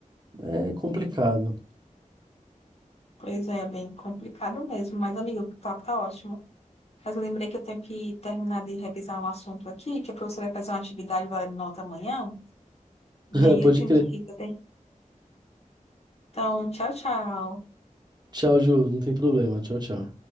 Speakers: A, on the right; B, on the left.
A: é complicado.
B: Pois é, é bem complicado mesmo. Mas, amigo, o papo tá ótimo. Mas eu lembrei que eu tenho que terminar de revisar um assunto aqui, que a professora vai fazer uma atividade valendo nota amanhã. E
A: <laughs>
B: aí
A: Pode
B: eu tenho
A: crer.
B: que ir, tá bem? Então, tchau, tchau.
A: Tchau, Ju. Não tem problema. Tchau, tchau.